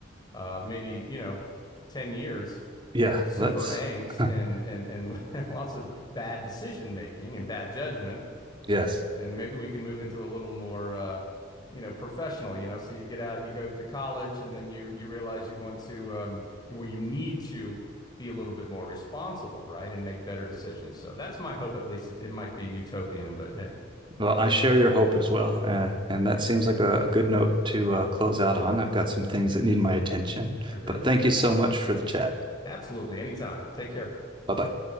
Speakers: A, on the left; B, on the right.
A: uh, maybe, you know, 10 years
B: Yeah,
A: of super
B: that's
A: angst
B: <laughs>
A: and and and <laughs> lots of bad decision making and bad judgment
B: yes.
A: and maybe we can move into a little more uh, you know professional you know so you get out you go to college and then you you realize you want to um, you, well you need to be a little bit more responsible right and make better decisions so that's my hope at least it, it might be utopian but hey
B: Well, I share your hope as well, and and that seems like a, a good note to uh, close out on. I've got some things that need my attention,
A: agreed
B: but thank you so much for the chat.
A: absolutely anytime take care
B: Bye bye.